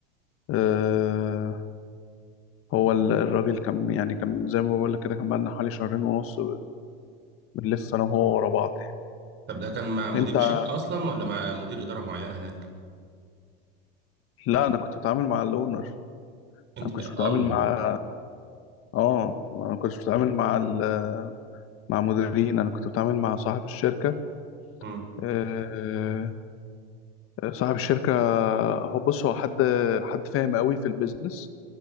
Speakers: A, on the left; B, on the right.
A: آه، هو ال- الراجل كان يعني كان زي ما بقول لك كده كان بقالنا حوالي شهرين ونص بنلف انا وهو ورا بعض يعني
B: طب ده كان مع مدير
A: انت
B: شركة اصلا ولا مع مدير إدارة معين هناك
A: لا انا كنت بتعامل مع الاونر
B: انت
A: انا ما كنتش
B: يا
A: بتعامل
B: الله
A: مع اه انا ما كنتش بتعامل مع ال... مع مديرين انا كنت بتعامل مع صاحب الشركه
B: امم
A: آه... صاحب الشركه هو بص هو حد حد فاهم قوي في البيزنس